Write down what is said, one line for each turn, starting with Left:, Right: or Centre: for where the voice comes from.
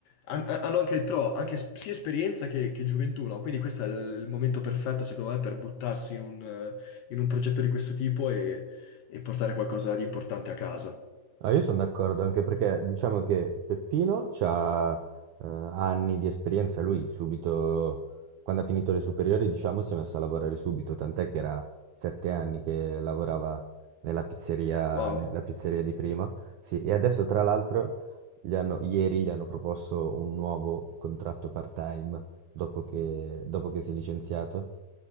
Left: han- Hanno anche, però, anche s- sia esperienza che, che gioventù, no? Quindi questo è il il momento perfetto, secondo me, per buttarsi in un, eh, in un progetto di questo tipo e, e portare qualcosa di importante a casa.
Right: No, io sono d'accordo, anche perché diciamo che Peppino ha anni di esperienza, lui subito, quando ha finito le superiori, diciamo, si è messo a lavorare subito, tant'è che era sette anni che lavorava nella pizzeria,
Left: Wow.
Right: nella pizzeria di prima, sì, e adesso tra l'altro gli hanno- ieri gli hanno proposto un nuovo contratto part-time dopo che, dopo che si è licenziato,